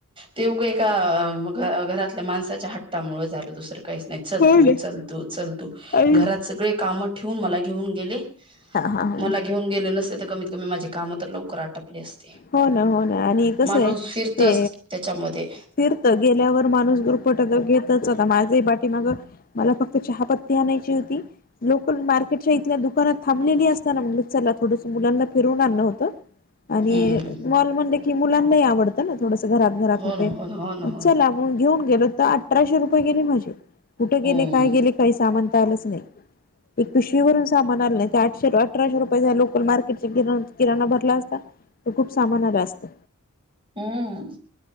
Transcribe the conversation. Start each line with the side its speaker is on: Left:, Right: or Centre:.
Right: ते उघं, एका घरातल्या माणसाच्या हट्टामुळे, झालं दुसरं काहीच नाही चलतू
Left: हो ना
Right: -चलतू- चलतू
Left: आणि
Right: घरात सगळे काम ठेवून, मला घेऊन गेले.
Left: हा -हा -हा.
Right: मला घेऊन गेले नसते तर कमीत, कमी माझे कामं तर लवकर आटपले असते.
Left: हो ना, हो ना आणि कसं
Right: माणूस
Left: ये
Right: फिरतच
Left: ते
Right: त्याच्यामध्ये
Left: फिरतं गेल्यावर माणूस गुरफटच घेतच आता माझ् ही पाटी माग मला फक्त चहापत्ती आणायची होती. लोकल मार्केटच्या इथल्या दुकानात थांबलेली असताना म्हणलं चला थोडंस मुलांना फिरवून आणण होतं. आणि
Right: हम्म
Left: मॉल म्हणल की मुलांनाही आवडतं ना थोडस घरात घरात
Right: हो
Left: होते
Right: ना हो ना हो ना हो
Left: चला.
Right: ना
Left: म्हणून घेऊन गेल तर अठराशे रुपये गेले माझे कुठं
Right: हम्म
Left: गेले काय गेले काही सामान त आलच नाही एक पिशवी भरून सामान आलं नाही ते आठशे अठराशे रुपयेचा लोकल मार्केटचे किराणा भरला असता, तर खूप सामान आलं असत.
Right: हम्म.